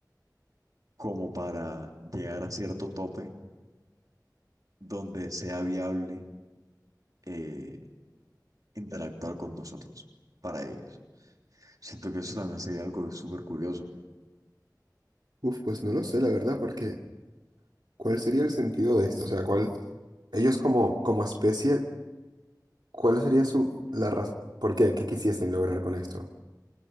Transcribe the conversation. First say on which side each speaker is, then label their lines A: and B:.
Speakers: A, on the right (about 55°); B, on the right (about 80°).
A: como para llegar a cierto tope donde sea viable eh, interactuar con nosotros para ellos. Siento que eso también sería algo súper curioso.
B: Uf, pues no lo sé, la verdad, porque ¿cuál sería el sentido de esto? O sea, ¿cuál, ellos como, como especie, cuál sería su, la razón, por qué, qué quisiesen lograr con esto?